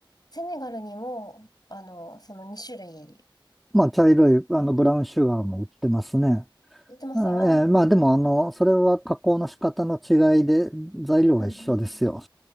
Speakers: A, on the left (about 50°); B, in the centre.
A: セネガルにも、あの、その2種類
B: まあ、茶色い、あの、ブラウンシュガーも売ってますね。
A: 売ってます。
B: ええ、
A: ああ、
B: まあ、でも、あの、それは加工の仕方の違いで、材料は一緒ですよ。
A: うんうんうん。